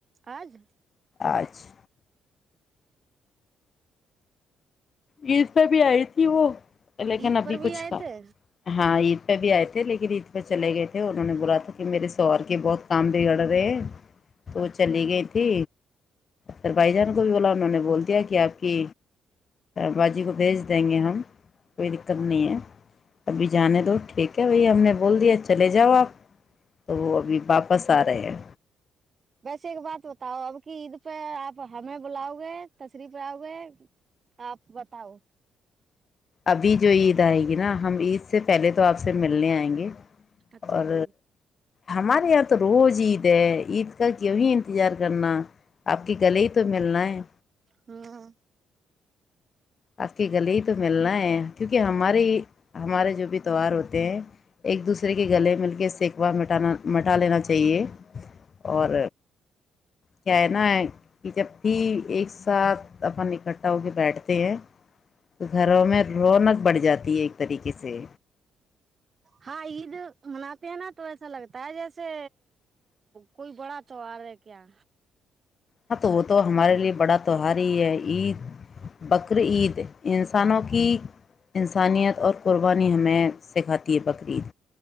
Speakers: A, on the right; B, on the left.
A: آج
B: آج عید پہ بھی آئی تھی وہ لیکن
A: عید
B: ابھی
A: پر
B: کچھ
A: بھی آئے
B: کا
A: تھے
B: ہاں عید پہ بھی آئے تھ لیکن عید پہ چلے گئے تھے انہوں نے بولا تھا کہ میرے سوہار کے بہت کام بگڑ رہے ہیں تو وہ چ چلی گئی تھی پھر بھائی جان کو بھی بولا انہوں نے بول دیا کہ آپ کی باجی کو بھیج دیں گے ہم کوئی دقت نہیں ہے ابھی جانے دو ٹھیک ہے بھی ہم نے بول دیا چلے جاؤ آپ تو وہ ابھی واپس آ رہے ہیں
A: ویسے ایک بات بتاؤ اب کی عید پہ آپ ہمیں بلاؤ گے تشریف آؤ گے آپ بتاؤ
B: ابھی جو عید آئے گی نا ہم عید سے پہلے تو آپ سے ملنے آئیں گے
A: اچھا
B: اور
A: جی
B: ہمارے یہاں تو روز عید ہے عید کا کیوں ہی انتظار کرنا آپ کے گلے ہی تو ملنا ہے
A: ہاں
B: آقی گلی ہی تو ملنا ہے کیونکہ ہماریے ہمارے جو بھی تہوہار ہوتے ہیں ایک دوسرے کے گلے مل کے سیکوا مٹانا مٹا لینا چاہیے اور کیا ہے نا کہ جب بھی ایک ساتھ اپن اکٹھا ہو کے بیٹھتے ہیں تو گھروں میں رونق بڑھ جاتی ہے ایک طریقے سے
A: ہاں یہ پہنا تو ایسا لگتا ہے جیسے کوئی بڑا تو آ رہا کیا
B: ہاں تو وہ تو ہمارے لے بڑا تہوار ہی ہے عید بقرعید انسانوں کی انسانیت اور قربانی ہمیں سکھاتی ہے بقرعید